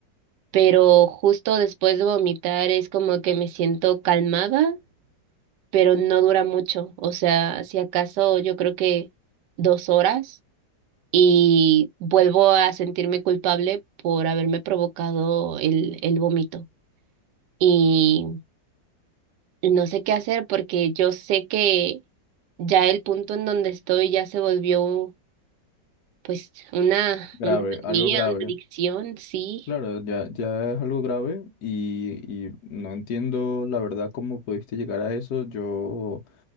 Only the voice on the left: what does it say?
Grave,
algo
grave.
Claro, ya, ya es algo grave y, y no entiendo la verdad cómo pudiste llegar a eso. Yo